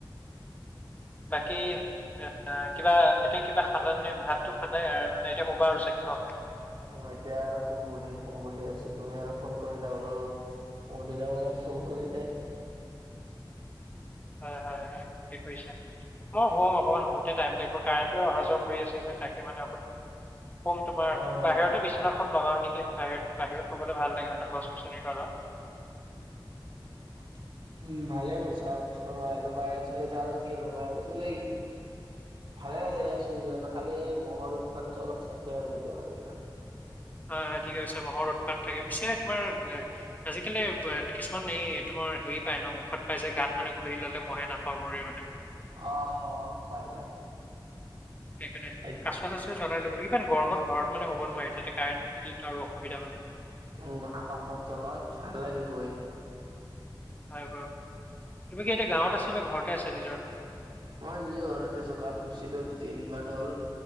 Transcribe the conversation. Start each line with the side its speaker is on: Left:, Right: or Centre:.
Left: <inaudible> বাকী। <inaudible> কিবা এতিয়া কিবা খালা নে ভাতটো খালে আৰু মানে এতিয়া শোবা আৰু চাগে ন।
Right: অ এতিয়া আৰু শুম বুলি শুম বুলি ভাবিছো তুমি আৰু ফোন কৰিলা বো। বহু দিনৰ মূৰত ফোন কৰিলে।
Left: হয় হয় হয় কি কৰিছা মই শুম অকণমান শুওঁতে টাইম তাগিব। কাৰেণ্টটো অহা যোৱা কৰি আছে যে তাকে মানে অ শুম তাপা
Right: অ'
Left: বাহিৰতে বিচনাখন লগাওঁ নেকি বাহিৰত বাহিৰত শুবলে ভাল লাগে মানে গছ-গছনিৰ তলত।
Right: <unintelligible> উম ভালে কৰিছা বিচনাত বাহিৰত শুলে <inaudible> কি হয় বাহিৰত শুলে ভালে লাগে দিয়াচোন কিয়নো খালি মহৰ উৎপাতটো অলপ থাকে আৰু কেতিয়াবা কেতিয়া
Left: হয় হয় ঠিকে কৈচা মহৰ উৎপাত থাকে পিছে তোমাৰ। আজিকালি কিছুমান এই তোমাৰ হেৰি পায় ন ঔখধ পাইছে গাত মানে ঘহি ল'লে মহে নাকামুৰে মানে।
Right: অ অ অ পাই পা।
Left: <unintelligible>
Right: <unintelligible>
Left: আসুৱা চাচোৱা জ্বলাই ল'ব লাগে ইমান গৰম ঘৰত মানে শুব নোৱাৰি তাতে কাৰেণ্ট নাথাকিলে আৰু অসুবিধা মানে।
Right: উম আকাশৰ তলত ভাল লাগে শুই।
Left: হয় বাৰু তুমি কি এতিয়া গাঁৱত আছে নে ঘৰতে আছা নিজৰ।
Right: মই নিজৰ ঘৰতে আছো গাঁৱত গৈছিলো দুদিনমান হ'ল